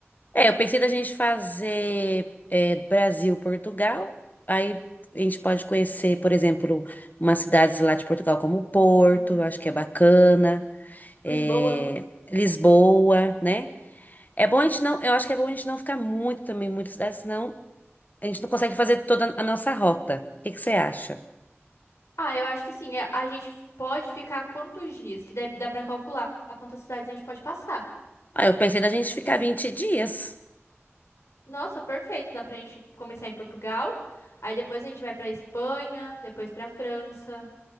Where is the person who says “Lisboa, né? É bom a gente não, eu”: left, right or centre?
Left